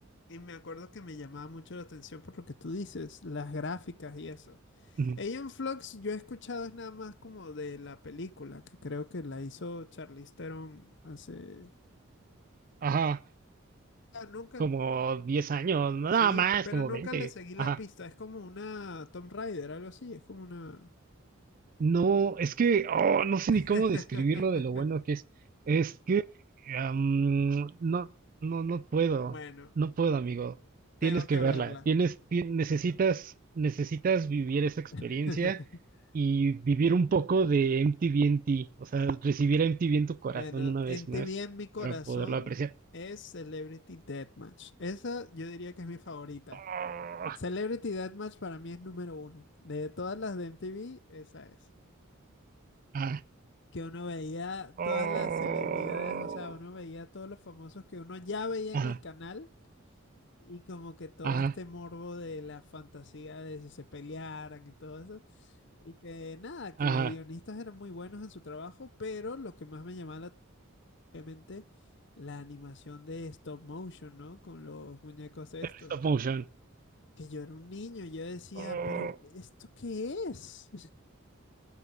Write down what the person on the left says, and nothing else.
y me acuerdo que me llamaba mucho la atención por lo que tú dices, las gráficas y eso.
Ella Flux yo he escuchado es nada más como de la película, que creo que la hizo Charlize Theron hace...
Ah, nunca.
Sí,
pero
nunca
le seguí
la pista. Es como una Tomb Raider, algo así. Es como una...
<laughs>
Bueno,
tengo
que
verla.
<laughs>
Bueno,
en
TV en mi corazón
es Celebrity Deathmatch. Esa yo diría que es mi favorita.
Celebrity Deathmatch para mí es número uno. De todas las de MTV, esa es.
Que uno veía
todas las celebridades, o sea, uno veía todos los famosos que uno ya veía en
el canal y como que todo
este morbo de la fantasía de si se pelearan y todo eso. Y que nada,
que los guionistas eran muy buenos en su trabajo, pero lo que más me llamaba la atención obviamente la animación de stop motion, ¿no? Con los muñecos estos.
Que yo era un niño, yo decía,
pero ¿esto qué es?